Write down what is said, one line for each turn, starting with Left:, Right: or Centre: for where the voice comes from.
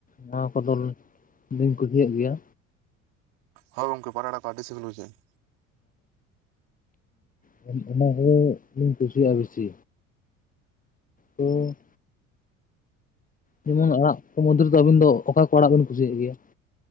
Left: ᱱᱚᱣᱟ ᱠᱚᱫᱚ ᱫᱚ ᱞᱤᱧ ᱠᱩᱥᱤᱭᱟᱜ ᱜᱮᱭᱟ᱾
Right: ᱦᱚᱭ ᱜᱚᱝᱠᱮ ᱯᱟᱴ ᱟᱲᱟᱝ ᱫᱚ ᱟᱹᱰᱤ ᱥᱤᱵᱤᱞ ᱵᱩᱡᱷᱟᱵᱽ ᱟ᱾
Left: ᱦᱮᱸ ᱚᱱ ᱚᱱᱟᱜᱮ ᱤᱧ ᱠᱩᱥᱤᱭᱟᱜᱼᱟ ᱵᱤᱥᱤ ᱛᱚ ᱡᱮᱢᱚᱱ ᱟᱲᱟᱜ ᱠᱚ ᱢᱚᱫᱽᱫᱷᱮ ᱨᱮᱫᱚ ᱟᱹᱵᱤᱱ ᱫᱚ ᱚᱠᱟ ᱠᱚ ᱟᱲᱟᱜ ᱵᱤᱱ ᱠᱩᱥᱤᱭᱟᱜ ᱜᱮᱭᱟ?